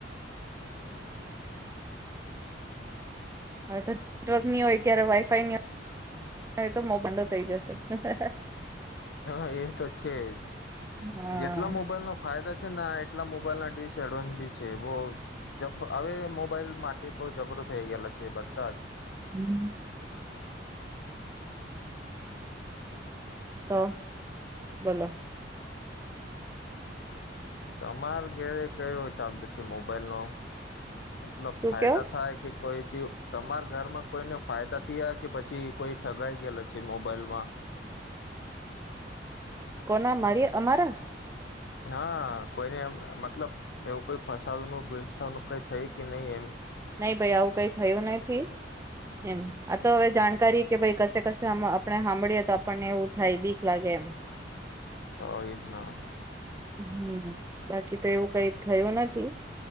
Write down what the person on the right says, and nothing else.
હવે તો નેટવર્ક ની હોય ક્યારે વાઈફાઈ ની હોય હોય તો <unintelligible> થઈ જશે, હા હા હા.
હા
હમ્મ. તા <inaudible> બોલો.
શું
કેવ
કોના મારી અમારા.
નહી ભાઈ આવું કઈ થયું નથી એમ
આ તો હવે જાણકારી કે ભાઈ કસે કસે આમ આપણે સાંભળીએ તો પણ એવું થાય બીક લાગે એમ.
હમ બાકી તો એવું કઈ થયું નથી